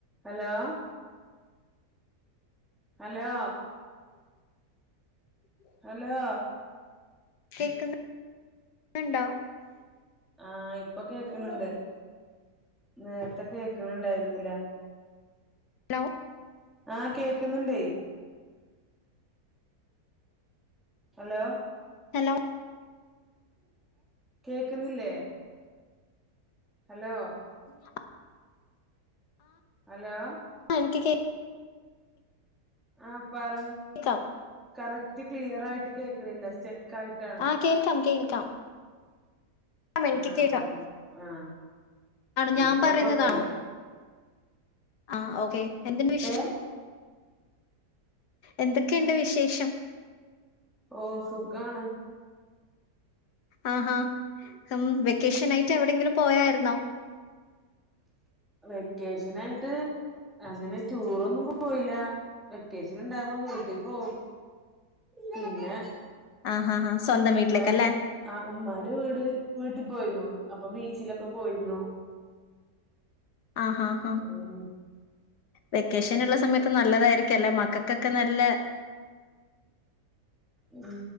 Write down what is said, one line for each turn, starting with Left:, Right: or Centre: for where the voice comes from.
Centre: Hello hello
Left: <inaudible>
Centre: hello
Left: കേക്കുന്നുന്നുണ്ടോ
Centre: ആഹ ഇപ്പൊ കേക്ക്ണണ്ട് നേരത്തെക്കെ കേക്കണണ്ടായിരുന്നില്ല
Left: ഹലോ
Centre: ആഹ കേൾക്കുന്നുണ്ടേ ഹലോ
Left: ഹലോ
Centre: <inaudible> കേക്കുന്നില്ലേ ഹലോ
Left: ഉ <inaudible>
Centre: ഹലോ
Left: ആ എനിക്ക് കേക്കാം
Centre: ആഹ പറ
Left: കേൾക്കാം
Centre: കറക്റ്റ് ക്ലിയർ ആയിട്ട് കേൾക്കണില്ല സ്റ്റെക്ക് ആയിട്ടാണ്
Left: ആഹ കേൾക്കാം കേൾക്കാം ആ എനിക്ക്
Centre: ആഹ്
Left: കേക്കാം
Centre: പറഞ്ഞോ ആഹ്
Left: ആണോ
Centre: ആഹ്
Left: ഞാൻ
Centre: ഇപ്പൊ
Left: പറയുന്നതാണോ
Centre: കൊഴപ്പല്ല
Left: ആ ഓക്കെ എന്തുണ്ട് വിശേഷം
Centre: ഏഹ്
Left: എന്തൊക്കെയുണ്ട് വിശേഷം
Centre: ഓ സുഖാണ്
Left: ആഹാ ഉം വെക്കേഷൻ ആയിട്ട് എവിടെങ്കിലും പോയായിരുന്നോ
Centre: വെക്കേഷനായിട്ട് അങ്ങനെ ടൂറൊന്നും പോയില്ല വെക്കേഷൻ ഉണ്ടാവ്പോ വീട്ടിൽ പോകും പിന്നെ
Left: ആ ആഹാ ആഹാ സ്വന്തം
Centre: ഉമ്മാന്റെ
Left: വീട്ടിലേക്കല്ലെ
Centre: ആ ഉമ്മാന്റെ വീട് വീട്ടിൽ പോയിരുന്നു അപ്പൊ ബീച്ചിലൊക്കെ പോയിരുന്നു.
Left: ആഹഹ
Centre: ഉം
Left: വെക്കേഷൻ ഉള്ള സമയത്ത്. പ്പ നല്ലതായിരിക്കും അല്ലെ മക്കക്കൊക്കെ നല്ലെ
Centre: ഉ